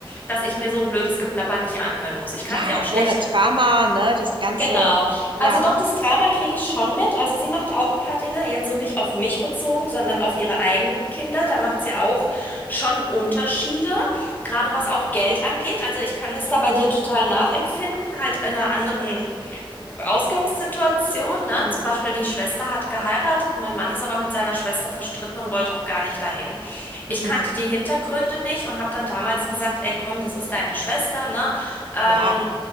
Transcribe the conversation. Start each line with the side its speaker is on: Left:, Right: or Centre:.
Left: dass ich mir so ein blödes Geplapper nicht anhören muss. Ich kann
Right: Ja,
Left: sie auch schlecht.
Right: ohne Drama, ne, das Ganze,
Left: Genau.
Right: ja.
Left: Also doch, das Drama kriege ich schon mit. Also sie macht auch ein paar Dinge, jetzt so nicht auf mich bezogen, sondern auf ihre eigenen Kinder. Da macht sie auch schon Unterschiede, gerade was auch Geld angeht. Also ich kann das da bei dir total nachempfinden, halt in einer anderen Ausgangssituation, ne?
Right: Mhm.
Left: Zum Beispiel die Schwester hat geheiratet, mein Mann ist aber mit seiner Schwester verstritten und wollte auch gar nicht dahin.
Right: Mhm.
Left: Ich kannte die Hintergründe nicht und habe dann damals gesagt, ey, komm, das ist deine Schwester, ne? Ähm,
Right: Ja,